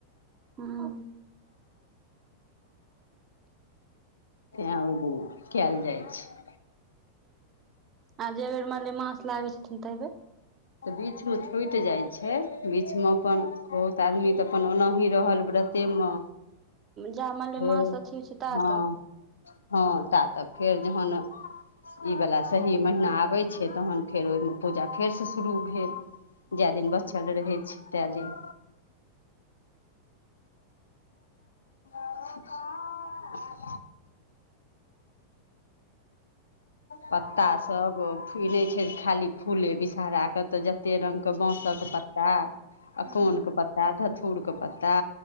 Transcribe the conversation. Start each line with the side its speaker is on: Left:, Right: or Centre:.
Right: हुँ
Left: तैँ ओहिदिन कैल जाइ छै
Right: आ जै बेर मालेमास लागै छथिन तै बेर
Left: तऽ बीचमे छूटि जाइ छै बीचमे अपन बहुत आदमी तऽ अपन ओनाही रहल व्रतेमे
Right: जा मलेमास
Left: फेर
Right: अथी होइ छै ता
Left: हँ
Right: तक
Left: हँ ता तक फेर जहन ई वला सही महीना आबै छै तहन फेर ओहिमे पूजा फेरसँ शुरू भेल
Right: हूँ
Left: जै दिन बचल रहै छै ते दिन <inaudible> पत्ता सब ई नय छै खाली फूले विषहरा के तऽ जते रंग के बाँसक पत्ता
Right: हूँ
Left: अकोन के पत्ता धथु र के पत्ता